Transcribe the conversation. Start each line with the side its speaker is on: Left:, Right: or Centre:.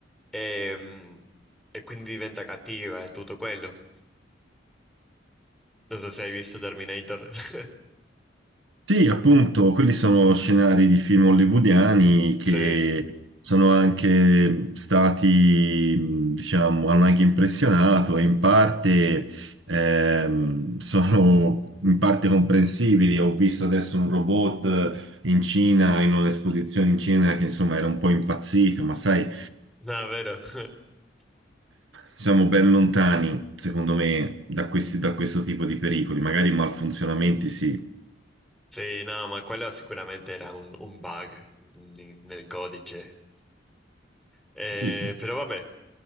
Centre: e, mm, e quindi diventa cattiva e tutto quello. Non so se hai visto Terminator. <laughs>
Right: Sì, appunto, quelli sono scenari di film hollywoodiani che
Centre: Sì,
Right: sono anche stati, mh, diciamo, hanno anche impressionato e in parte ehm, sono in parte comprensibili. Ho visto adesso un robot in Cina, in un'esposizione in Cina che insomma era un po' impazzito, ma sai,
Centre: no, è vero. <laughs>
Right: siamo ben lontani, secondo me, da questi, da questo tipo di pericoli, magari malfunzionamenti, sì.
Centre: Sì, no, ma quello sicuramente era un, un bug n- nel codice. Eh,
Right: Sì, sì.
Centre: però vabbè,